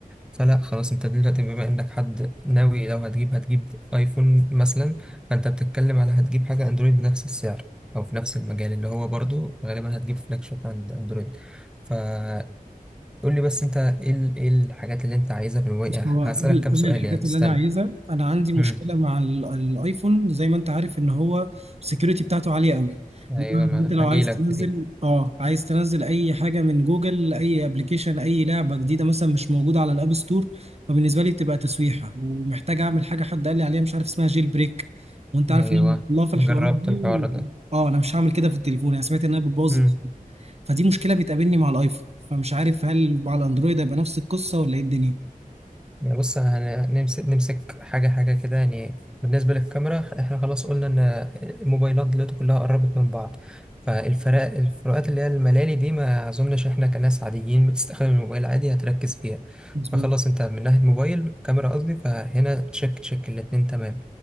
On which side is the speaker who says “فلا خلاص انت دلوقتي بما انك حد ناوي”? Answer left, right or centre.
Centre